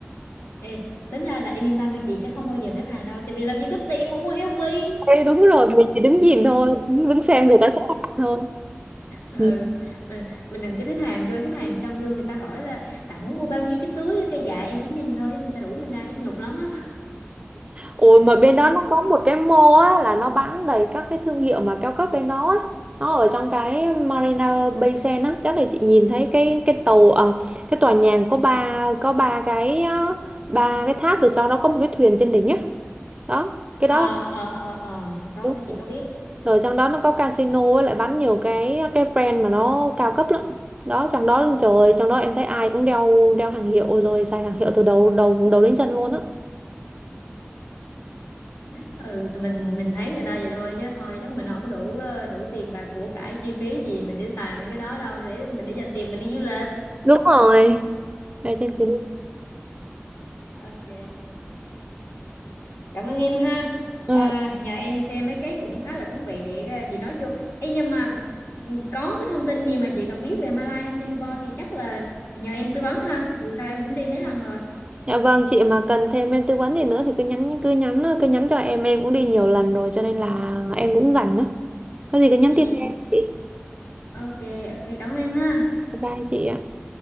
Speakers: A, on the left; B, on the right.
A: ê, tính ra là em yên tâm đi chị sẽ không bao giờ xếp hàng đâu tại vì làm gì có tiền mà mua LV
B: Ê, đúng rồi, mình chỉ đứng nhìn thôi, đứng xem người ta xếp hàng thôi.
A: ừ,
B: Ừ.
A: mình, mình đừng có xếp hàng vô xếp hàng xong vô người ta hỏi là bạn muốn mua bao nhiêu cái túi cái dạ em chỉ nhìn thôi á, người ta đuổi mình ra nhức nhục lắm á
B: Ôi mà bên đó nó có một cái mall á là nó bán đầy các cái thương hiệu mà cao cấp bên đó á. Nó ở trong cái Marina Bay Sands á, chắc là chị nhìn thấy cái cái tàu ờ, cái tòa nhà có ba có ba cái ờ, ba cái tháp rồi sau đó có một cái thuyền trên đỉnh á. Đó, cái
A: ờ
B: đó là
A: ờ ờ ờ có
B: Đúng
A: chị
B: rồi
A: có biết
B: Rồi trong đó nó có casino á, lại bán nhiều cái cái brand mà nó cao cấp lắm. Đó trong đó trời ơi, trong đó em thấy ai cũng đeo đeo hàng hiệu rồi xài hàng hiệu từ đầu đầu đầu đến chân luôn á.
A: ừ tụi mình mình thấy người ta vậy thôi chứ thôi chắc mình không đủ ờ, đủ tiền bạc của cải chi phí gì mình để xài mấy cái đó đâu để mình để dành tiền mình đi du lịch
B: Đúng rồi. Đây, tin- tin-
A: ok Cảm ơn em ha.
B: Ừ.
A: À, nhờ em share mấy cái cũng khá là thú vị để ờ, chị nói vô. Ê, nhưng mà mà, ừ, có cái thông tin gì mà chị cần biết về Malaysia hay Singapore thì chắc là nhờ em tư vấn ha. Dù sao em cũng đi mấy lần rồi.
B: Dạ vâng chị mà cần thêm em tư vấn gì nữa thì cứ nhắn cứ nhắn cứ nhắn cho em em cũng đi nhiều lần rồi cho nên là em cũng rảnh đó. Có gì cứ nhắn
A: Ừ,
B: tin cho em chị.
A: ờ, ok, ok. Cảm ơn em ha.
B: Bye bye chị ạ.